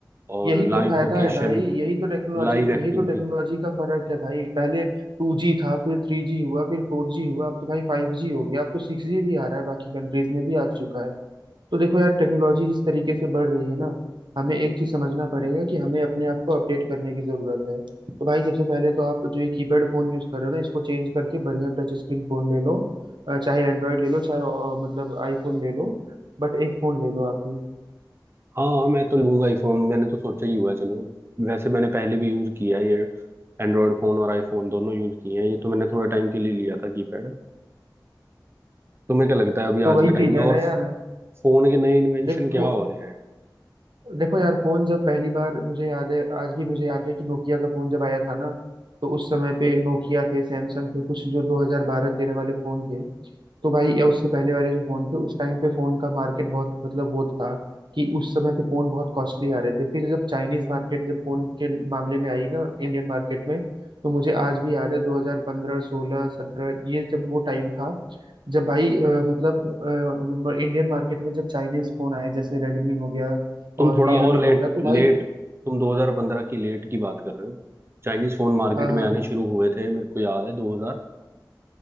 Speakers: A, on the right; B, on the right.
A: और
B: यही
A: लाइव
B: तो फायदा
A: लोकेशन
B: है भाई यही तो टेक्नोलॉजी
A: लाइव
B: यही
A: एक्टिविटी
B: तो टेक्नोलॉजी का फर्क है भाई पहले टू जी था फिर थ्री जी हुआ फिर फोर जी हुआ अब तो भाई फाइव जी हो गया अब तो सिक्स जी भी आ रहा है बाकी कंट्रीज में भी आ चुका है तो देखो यार टेक्नोलॉजी जिस तरीके से बढ़ रही है ना हमें एक चीज समझना पड़ेगा कि हमें अपने आप को अपडेट करने की जरूरत है तो भाई सबसे पहले तो आप जो ये कीपैड फोन यूज कर रहे हो ना इसको चेंज करके बढ़िया टच स्क्रीन फोन ले लो अ, चाहे एंड्रॉयड ले लो चाहे अ, मतलब आईफोन ले लो बट एक फोन ले लो आप भी
A: हाँ मैं तो लूंगा आईफोन मैंने तो सोचा ही हुआ है चलो वैसे मैंने पहले भी यूज किया है ये एंड्रॉयड फोन और आईफोन दोनों यूज किए हैं ये तो मैंने थोड़े टाइम के लिए लिया था कीपैड तुम्हें क्या लगता है अभी
B: तो
A: आज
B: वही
A: के टाइम
B: चीज
A: में
B: है
A: और
B: ना यार
A: फोन के नए इन्वेंशन
B: देखो
A: क्या हो रहे हैं
B: देखो यार फोन जब पहली बार मुझे याद है आज भी मुझे याद है कि नोकिया का फोन जब आया था ना तो उस समय पे नोकिया थे सैमसंग थे कुछ जो 2012-13 वाले फोन थे तो भाई या उससे पहले वाले जो फोन थे उस टाइम पे फोन का मार्केट बहुत मतलब वो था कि उस समय पे फोन बहुत कॉस्टली आ रहे थे फिर जब चाइनीज मार्केट जब फोन के मामले में आई ना इंडियन मार्केट में तो मुझे आज भी याद है 2015 16 17 ये जब वो टाइम था जब भाई अ, मतलब इंडियन मार्केट में जब चाइनीज फोन आए जैसे रेडमी हो गया
A: तुम
B: और
A: थोड़ा
B: रियलमी
A: और
B: हो
A: लेट
B: गया तो
A: लेट
B: भाई
A: तुम 2015 की लेट की बात कर रहे हो चाइनीज फोन मार्केट
B: हाँ हाँ
A: में आने शुरू हुए थे मेरे को याद है 2006